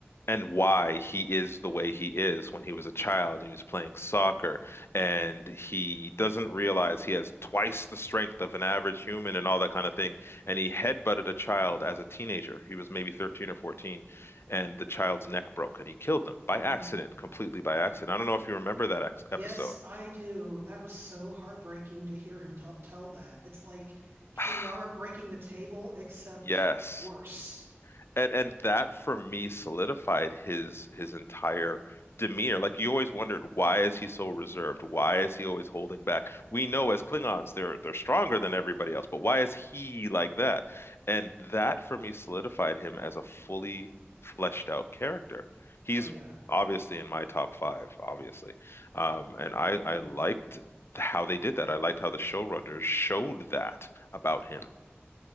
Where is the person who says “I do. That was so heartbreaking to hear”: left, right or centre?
Right